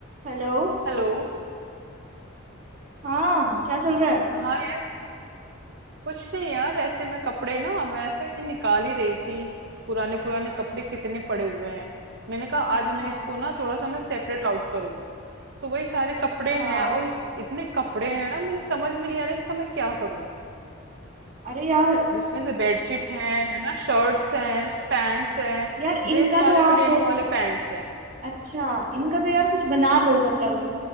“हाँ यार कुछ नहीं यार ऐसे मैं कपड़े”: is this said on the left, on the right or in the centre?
Right